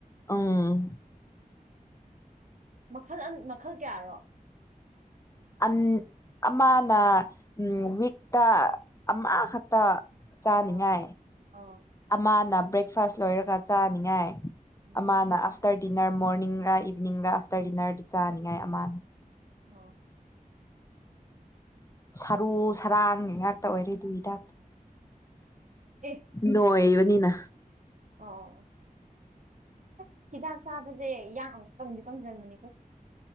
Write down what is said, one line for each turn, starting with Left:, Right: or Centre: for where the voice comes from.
Left: ꯑꯪ
Right: ꯃꯈꯜ ꯑꯝ ꯃꯈꯜ ꯀꯌꯥꯔꯣ
Left: ꯑꯝ ꯑꯃꯥꯅ ꯋꯤꯛꯇ ꯑꯃꯥ ꯈꯛꯇ ꯆꯥꯅꯤꯡꯉꯥꯏ
Right: ꯑꯣ ꯑꯣ ꯑꯣ
Left: ꯑꯃꯅ ꯕ꯭ꯔꯦꯛꯐꯥꯁ ꯂꯣꯏꯔꯒ ꯆꯥꯅꯤꯡꯉꯥꯏ
Right: ꯎꯝ
Left: ꯑꯃꯅ ꯑꯥꯐꯇꯔ ꯗꯤꯅꯔ ꯃꯣꯔꯅꯤꯡꯔ ꯏꯚꯅꯤꯡꯔ ꯑꯥꯐꯇꯔ ꯗꯤꯅꯔꯗꯤ ꯆꯥꯅꯤꯡꯉꯥꯏ ꯑꯃꯅ
Right: ꯑꯣ
Left: ꯁꯔꯨ ꯁꯔꯥꯡꯒꯤ ꯉꯥꯛꯇ ꯑꯣꯏꯔꯦ ꯗꯨ ꯍꯤꯗꯥꯛ
Right: ꯑꯦ
Left: ꯅꯣꯏꯕꯅꯤꯅ
Right: ꯑꯣ ꯑꯁ ꯍꯤꯗꯥꯛ ꯆꯥꯕꯁꯦ ꯌꯥꯛ ꯑꯃꯨꯛ ꯀꯪꯗꯤ ꯀꯪꯖꯟꯕꯅꯦꯀꯣ